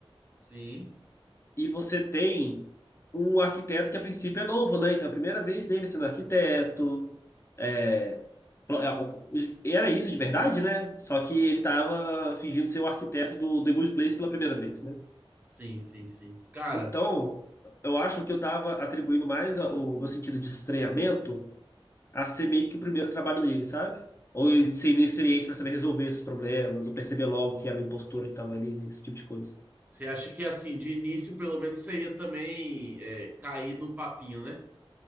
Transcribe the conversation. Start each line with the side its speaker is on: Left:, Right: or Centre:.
Right: Sim,
Left: e você tem um arquiteto que a princípio é novo, né? Então é a primeira vez dele sendo arquiteto. é, pl- é, o- os- era isso de verdade, né? Só que ele estava fingindo ser o arquiteto do The Good Place pela primeira vez, né?
Right: sim, sim, sim. Cara,
Left: Então, eu acho que eu tava atribuindo mais a- o meu sentido de estranhamento a ser meio que o primeiro trabalho dele, sabe? Ou ele ser inexperiente para saber resolver esses problemas, ou perceber logo que era uma impostura que tava ali, esse tipo de coisa.
Right: você acha que assim, de início, pelo menos você ia também é, cair no papinho, né?